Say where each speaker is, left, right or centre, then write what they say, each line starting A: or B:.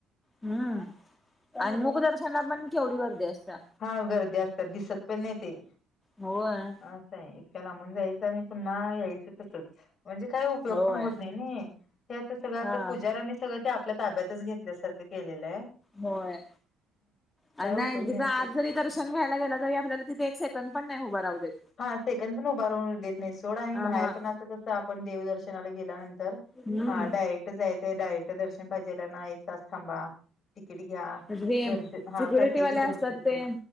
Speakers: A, on the left; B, on the left.
A: हम्म आणि मुख दर्शनला पण केवढी गर्दी असत्या.
B: हा गर्दी असत्या, दिसत पण नाही ते.
A: होय.
B: असं हाय. इतक्या लांबून जायचं आणि पुन्हा यायचं तसच. म्हणजे काही उपयोग
A: होय
B: पण होत नाही नाई, हे सगळं असं
A: हा
B: पुजाऱ्यांनी सगळं ते आपल्या ताब्यातच घेतल्यासारखं केलेलाय.
A: होय, आणि
B: उपयोग
A: नाही तिथं
B: असं.
A: आत जरी दर्शन घ्यायला गेलं तरी आपल्याला तिथे एक सेकंद पण नाही उभं राहू देत.
B: हा सेकंद पण उभारून देत नाही सोड आणि
A: आ
B: बाहेर
A: हा
B: पण असं तसं आपण देवदर्शनाला गेल्यानंतर
A: हम्म
B: हा डायरेक्ट जायच आहे डायरेक्ट दर्शन पाहिजेल्यांना एक एक तास थांबा तिकीट घ्या,
A: जे
B: दोनशे, हा
A: सिक्युरिटीवाले
B: प्रत्येकी
A: असतात
B: दोनशे रुपये
A: ते